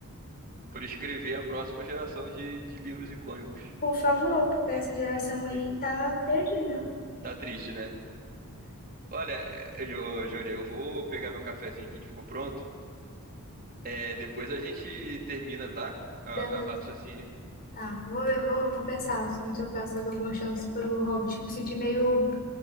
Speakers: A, on the right (about 40°); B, on the left (about 40°).
A: por escrever a próxima geração de, de livros icônicos.
B: Por favor, porque essa geração aí
A: Sim,
B: tá perdida.
A: tá triste, né? Olha, eh, Jú- ô, Júnior, eu vou pegar meu cafezinho aqui que ficou pronto. É, depois a gente termina, tá? A,
B: Beleza.
A: a raciocínio.
B: Tá, vou, ver- vou, vou pensar se no seu caso eu dou uma chance pro Hobbit. Me senti meio